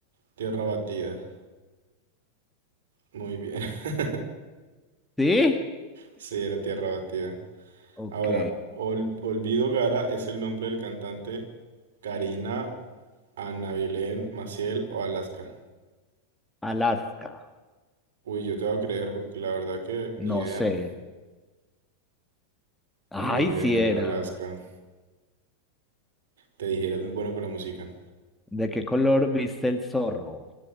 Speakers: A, on the right (about 60°); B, in the centre.
A: tierra batida. Muy bien. <laughs>
B: ¿Sí?
A: Sí, era tierra batida.
B: Ok.
A: Ahora, Ol- Olvido Gara es el nombre del cantante Karina, Ana Belén, Maciel o Alaska.
B: Alaska.
A: Uy, yo te voy a creer porque la verdad que ni
B: No
A: idea.
B: sé. Ay,
A: Muy bien,
B: si era.
A: Alaska. Te dije, eres muy bueno con la música.
B: ¿De qué color viste el zorro?